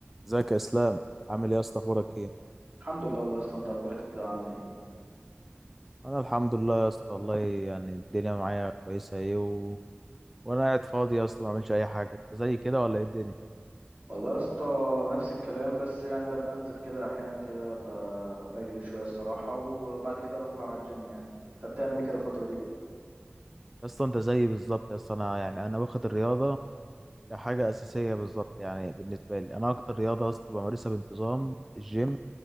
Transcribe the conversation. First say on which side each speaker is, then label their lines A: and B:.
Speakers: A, in the centre; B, on the right (about 35°).
A: ازيك يا اسلام عامل ايه يا اسطى اخبارك ايه
B: الحمد لله والله يا اسطى انت اخبارك إيه كده وعامل ايه
A: انا الحمد لله يا اسطى والله يعني الدنيا معايا كويسه ايه و... وانا قاعد فاضي يا اسطى ما بعملش اي حاجه انت زي كده ولا ايه الدنيا
B: والله يا اسطى نفس الكلام بس يعني ببقى انزل كده احيانا كده ب- بجري شويه الصراحه وبعد كده بطلع على الجيم يعني انت بتعمل ايه كده الفتره دي
A: يا اسطى انت زيي بالظبط يا اسطى انا يعني انا واخد الرياضه كحاجه اساسيه بالظبط يعني بالنسبه لي انا اكتر رياضه يا اسطى بمارسها بانتظام الجيم